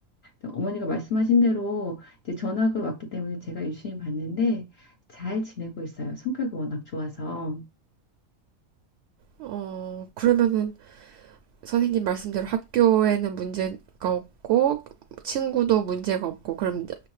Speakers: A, on the left; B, on the right.
A: 어머니가 말씀하신 대로 이제 전학을 왔기 때문에 제가 유심히 봤는데 잘 지내고 있어요. 성격이 워낙 좋아서.
B: 어, 그러면은 선생님 말씀대로 학교에는 문제가 없고 친구도 문제가 없고 그럼